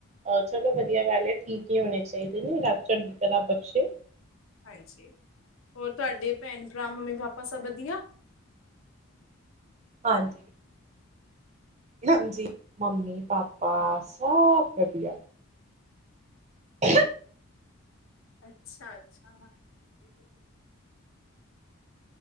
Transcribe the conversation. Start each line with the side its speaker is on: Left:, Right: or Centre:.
Right: ਔਰ ਚਲੋ ਵਧੀਆ ਗੱਲ ਏ ਠੀਕ ਹੀ ਹੋਣੇ ਚਾਹੀਦੇ ਨੇ ਰੱਬ ਚੜਦੀ ਕਲਾ ਬਖਸ਼ੇ।
Left: ਹਾਂਜੀ ਹੋਰ ਤੁਹਾਡੇ ਭੈਣ ਭਰਾ ਮੰਮੀ ਪਾਪਾ ਸਭ ਵਧੀਆ।
Right: ਹਾਂਜੀ ਹਾਂਜੀ ਮੰਮੀ ਪਾਪਾ ਸਭ ਵਧੀਆ ਹ <unintelligible> <inaudible>
Left: ਅੱਛਾ ਅੱਛਾ